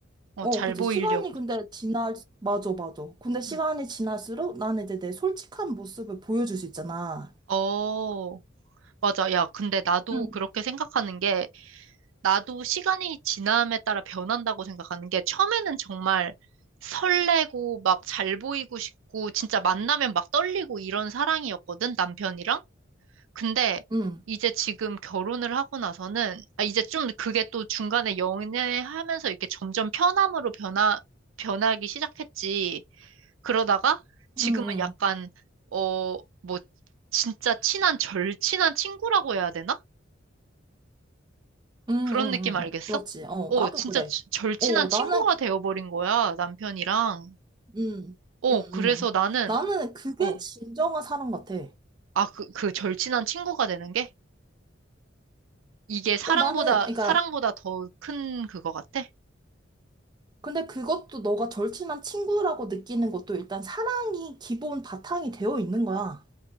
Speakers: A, on the right; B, on the right.
A: 어,
B: 어
A: 잘
B: 그치
A: 보이려고.
B: 시간이 근데 지날 맞아 맞아. 근데 시간이
A: 응.
B: 지날수록 나는 이제 내 솔직한 모습을 보여줄 수 있잖아.
A: 어, 맞아. 야, 근데 나도
B: 응.
A: 그렇게 생각하는 게 나도 시간이 지남에 따라 변한다고 생각하는 게 처음에는 정말 설레고 막 잘 보이고 싶고 진짜 만나면 막 떨리고 이런 사랑이었거든, 남편이랑. 근데
B: 응.
A: 이제 지금 결혼을 하고 나서는 아, 이제 좀 그게 또 중간에 연애하면서 이렇게 점점 편함으로 변화, 변하기 시작했지. 그러다가 지금은
B: 응. 응.
A: 약간 어, 뭐 진짜 친한 절친한 친구라고 해야 되나?
B: 응,
A: 그런
B: 응,
A: 느낌 알겠어?
B: 응. 그렇지. 어,
A: 어,
B: 나도
A: 진짜
B: 그래.
A: 지- 절친한
B: 어,
A: 친구가
B: 나는, 그-
A: 되어버린 거야, 남편이랑.
B: 음,
A: 어,
B: 음,
A: 그래서
B: 음.
A: 나는,
B: 나는 그게
A: 어,
B: 진정한 사랑 같아.
A: 아, 그, 그 절친한 친구가 되는 게? 이게 사랑보다,
B: 어, 나는, 그러니까,
A: 사랑보다 더 큰 그거 같아?
B: 근데 그것도 너가 절친한 친구라고 느끼는 것도 일단 사랑이 기본 바탕이 되어 있는 거야.